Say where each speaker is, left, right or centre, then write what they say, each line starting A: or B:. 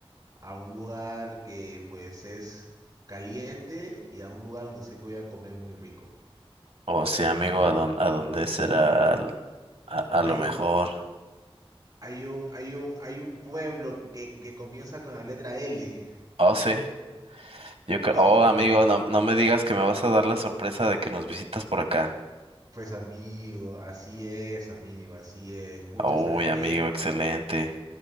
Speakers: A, on the right; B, on the right.
A: a un lugar que pues es caliente y a un lugar donde sé que voy a comer muy rico.
B: Oh, sí, amigo, ¿a dónde, a dónde será al- a, a
A: Hay
B: lo mejor?
A: un, hay un, hay un, hay un pueblo que, que comienza con la letra L.
B: Oh, sí. Yo creo,
A: Sí,
B: oh,
A: mano.
B: amigo, no, no me digas que me vas a dar la sorpresa de que nos visitas por acá.
A: Pues amigo, así es, amigo, así es. Pucha,
B: Uy,
A: ¿sabes qué?
B: amigo, excelente.